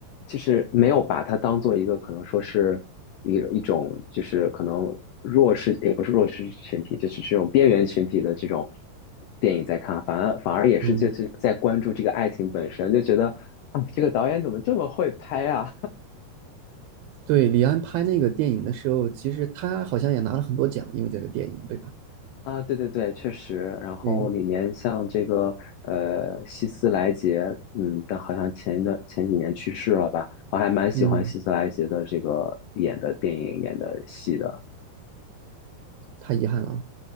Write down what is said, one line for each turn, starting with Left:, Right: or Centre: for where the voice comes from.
Left: 就是没有把它当做一个可能说是一一种就是可能弱势也不是弱势群体，就是这种边缘群体的这种电影在看，反而反而也是就是在关注这个爱情本身，
Right: 嗯，
Left: 就觉得啊，哎这个导演怎么这么会拍啊？
Right: 对，李安拍那个电影的时候，其实他好像也拿了很多奖，因为这个电影，对吧？
Left: 啊，对对对，确实。然后里面像这个呃，
Right: 嗯
Left: 希斯莱杰，嗯，但好像前一段前几年去世了吧？我还蛮喜欢希斯莱杰的这个演的电影、
Right: 嗯，
Left: 演的戏的。
Right: 太遗憾了啊。